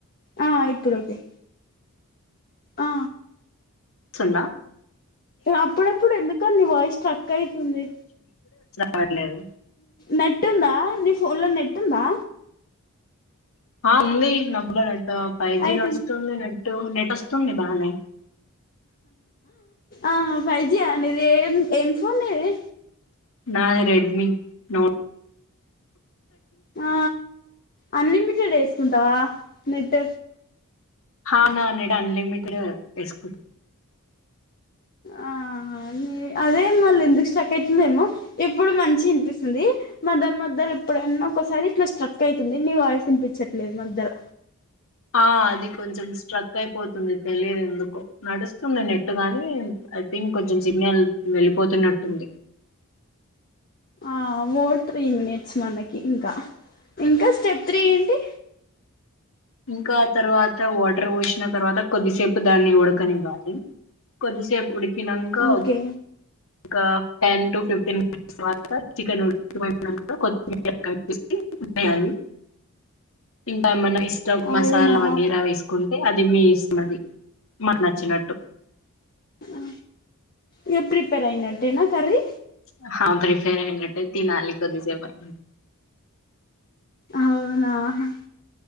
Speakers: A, on the left; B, on the left.
A: ఆ ఇప్ ప్పుడ్ ఓకే ఆ
B: స్తుందా
A: అప్పుడప్పుడు ఎందుకండి వాయిస్ స్ట్రక్ అయితుంది.
B: రావట్లేదా
A: నెట్ ఉందా నీ ఫోన్లో నెట్ ఉందా!
B: ఆ ఉంది. నా <inaudible> ఫైజీ
A: అయిపోయింది
B: నడుస్తుంది. నె ట్ నెట్ ఒస్తుంది బానే
A: ఆ హ ఫైవ్ జి ఆ నీది ఎం ఎం ఫోన్ నీది.
B: నా రెడ్మి నో
A: ఆ అన్ని మి జె డేసుకుంటావా నెట్
B: హ నా నెట్ అన్లిమిటెడ్ ఎస్కు
A: ఆ హ అదే మళ్ళీ ఎందుకు స్ట్రక్ అయితుందేమో ఇప్పుడు మంచి వినిపిస్తుంది మధ్యల మధ్యల ఎప్పుడైనా ఒసారి ఇట్లా స్ట్రక్ అయితుంది నీ వాయిసు వినిపించట్లేదు మధ్యల
B: ఆ అది కొంచెం స్ట్రక్ అయిపోతుంది తెలిదు ఎందుకొ నడుస్తుంది నెట్ గాని ఐ థింక్ కొంచం సిగ్నల్ వెళ్ళిపోతున్నట్టుంది.
A: ఆ ఓ త్రీ మినిట్స్ మనకి ఇంకా ఇంకా స్టెప్ త్రీ ఏంటి?
B: ఇంకా తర్వాత వాటర్ పోసిన తర్వాత కొద్దిసేపు దాన్ని ఉడకనివ్వాలి కొద్దిసేపు ఉడ్ కినంకా
A: ఓకే
B: ఇంకా టెన్ టు ఫిఫ్టీన్ మినిట్స్ తర్వాత చికెన్ ఉడకడం అయిపోయినంక కొద్దిగా కలిపేసి వెయ్యాలి ఇంకా ఏమన్నా ఇష్టం మసాలా
A: అవునా
B: వగేరా వేసుకునీ అది మీ ఇస్మది మాకు నచ్చినట్టు
A: అ ఇగ ప్రిపేరనట్టేనా కర్రీ
B: ఆహా ప్రిఫేర్ అయినట్టే తినాలి కొద్దిసేపు అయి
A: అవునా హ